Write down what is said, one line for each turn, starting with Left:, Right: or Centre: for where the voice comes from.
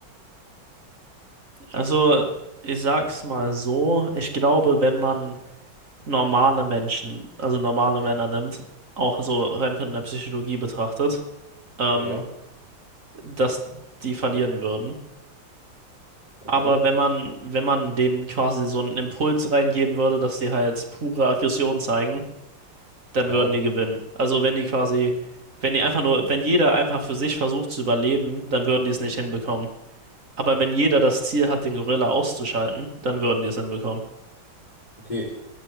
Right: also, ich sag's mal so, ich glaube, wenn man normale Menschen, also normale Männer nimmt, auch so rein von der Psychologie betrachtet, ähm,
Left: ja,
Right: dass die verlieren würden.
Left: okay,
Right: Aber wenn man, wenn man denen quasi so einen Impuls reingeben würde, dass die halt pure Aggression zeigen, dann
Left: ja,
Right: würden die gewinnen. Also wenn die quasi, wenn die einfach nur, wenn jeder einfach für sich versucht zu überleben, dann würden die es nicht hinbekommen. Aber wenn jeder das Ziel hat, den Gorilla auszuschalten, dann würden die es hinbekommen.
Left: okay,